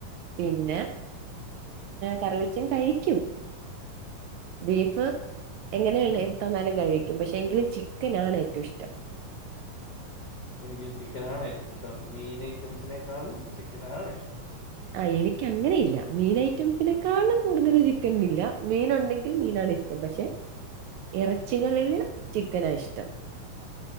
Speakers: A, on the right (about 75°); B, on the left (about 75°).
A: പിന്നെ കറി വെച്ചും കഴിക്കും ബീഫ്
B: ആ,
A: എങ്ങനെയാണ്
B: എനിക്കും
A: തന്നാലും കഴിക്കും പക്ഷെ എങ്കിലും ചിക്കൻ ആണ് ഏറ്റവും ഇഷ്ടം
B: എനിക്കും ചിക്കൻനാണ് ഏറ്റവും ഇഷ്ടം മീൻ ഐറ്റംസിനെക്കാളിലും ചിക്കനാണ് ഇഷ്ടം
A: ആഹ് എനക്ക് അങ്ങനെ ഇല്ല മീൻ ഐറ്റംസിനെക്കാളും കൂടുതൽ ചിക്കൻന്നില്ല മീന ഉണ്ടെങ്കിൽ മീനാണ് ഇഷ് ട്ടം പക്ഷെ ഇറച്ചികളില് ചിക്കനാ ഇഷ്ടം